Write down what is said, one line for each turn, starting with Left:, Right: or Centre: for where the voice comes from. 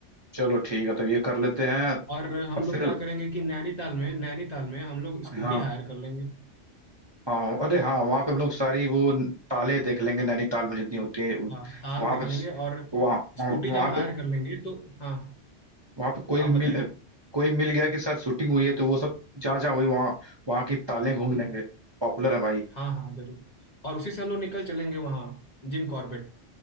Right: चलो ठीक है तब ये कर लेते हैं अब
Left: और हम
Right: फिर
Left: लोग क्या करेंगे कि नैनीताल में नैनीताल में हम लोग स्कूटी
Right: हाँ
Left: हायर कर लेंगे
Right: हाँ अरे हाँ वहाँ पे हम लोग सारी वो न- ताले देख लेंगे नैनीताल में जितनी होती है वहाँ
Left: हाँ ताल देख
Right: पे
Left: लेंगे और
Right: वहाँ
Left: स्कूटी
Right: वहाँ
Left: जब हायर
Right: पे
Left: कर लेंगे तो हाँ
Right: वहां पे कोई
Left: आप
Right: मिल
Left: बताइए
Right: कोई मिल गया के साथ शूटिंग हुई है तो वो सब जहाँ जहाँ हुई वहाँ वहाँ की तालें घूम लेंगे पॉपुलर है भाई
Left: हाँ हाँ जरूर और उसी से हम लोग निकल चलेंगे वहाँ जिम कॉर्बेट